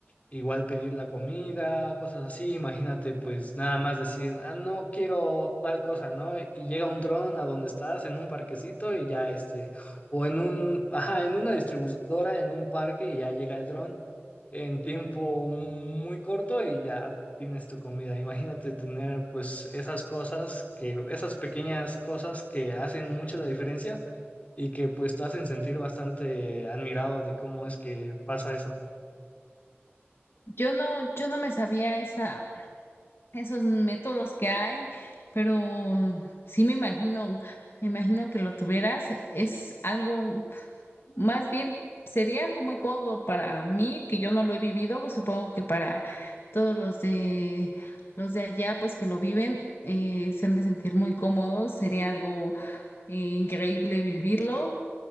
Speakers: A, on the left; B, on the left.
A: igual pedir la comida, cosas así. Imagínate, pues nada más decir, ah, no quiero tal cosa, ¿no? Y llega un dron a donde estás, en un parquecito, y ya este, o en un, ajá, en una distribuidora, en un parque, y ya llega el dron en tiempo muy corto y ya tienes tu comida. Imagínate tener pues esas cosas que, esas pequeñas cosas que hacen mucho la diferencia y que pues te hacen sentir bastante admirado de cómo es que pasa eso.
B: Yo no, yo no me sabía esa, esos métodos que hay, pero sí me imagino, me imagino que lo tuvieras. Es algo, más bien sería algo muy cómodo para mí, que yo no lo he vivido, pues supongo que para todos los de los de allá, pues que lo viven, eh, se han de sentir muy cómodos, sería algo eh, increíble vivirlo.